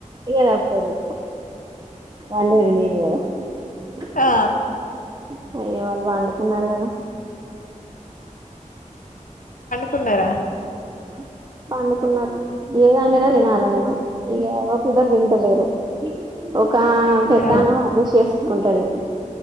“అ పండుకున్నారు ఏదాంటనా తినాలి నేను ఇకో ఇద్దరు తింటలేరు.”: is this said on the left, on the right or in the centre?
Right